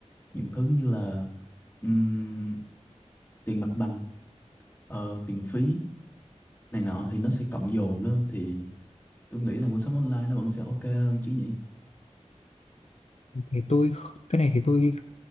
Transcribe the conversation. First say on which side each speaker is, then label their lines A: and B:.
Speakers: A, on the left; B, on the left.
A: những thứ như là ừm, tiền mặt bằng, ờ, tiền phí này nọ thì nó sẽ cộng dồn lên thì tôi nghĩ là mua sắm online nó vẫn sẽ ok hơn chứ nhỉ?
B: thì tôi cái này thì tôi